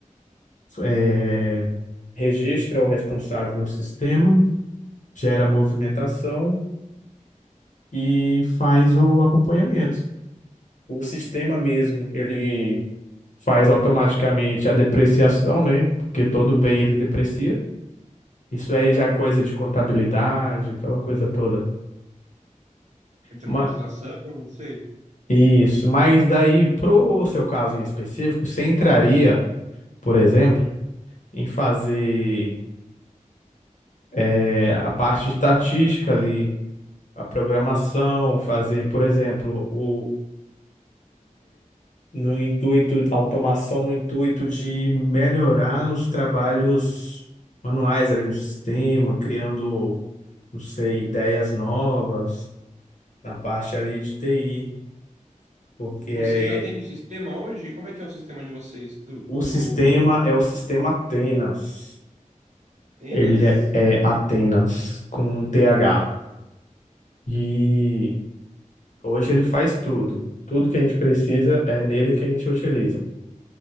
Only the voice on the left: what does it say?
é, registra o responsável no sistema, gera movimentação e faz o acompanhamento. O sistema mesmo, ele faz automaticamente a depreciação, né? Porque todo bem ele deprecia. Isso aí
já é coisa de contabilidade, aquela coisa toda.
Ma-
Isso, mas daí, pro seu caso em específico, você entraria, por exemplo, em fazer eh, a parte estatística ali, a programação, fazer, por exemplo, o, no intuito, a automação no intuito de melhorar os trabalhos manuais ali no sistema, criando, não sei, ideias novas na parte ali de TI, porque
é,
o
sistema é o sistema Atenas.
Ele é, é Atenas com TH. E Hoje ele faz tudo. Tudo que a gente precisa é nele que a gente utiliza.